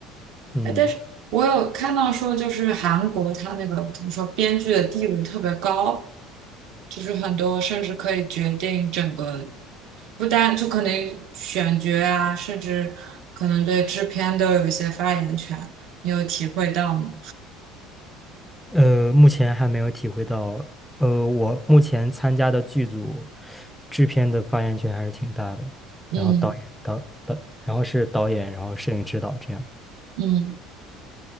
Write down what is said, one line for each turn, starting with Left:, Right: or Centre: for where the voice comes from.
Centre: 嗯，
Right: 哎，但是我有看到说，就是韩国它那个怎么说，编剧的地位特别高。就是很多甚至可以决定整个，不单就可能选角啊，甚至可能对制片都有一些发言权，你有体会到吗？
Centre: 呃，目前还没有体会到，呃，我目前参加的剧组制片的发言权还是挺大的，
Right: 嗯
Centre: 然后导演导导，然后是导演，然后摄影指导这样。
Right: 嗯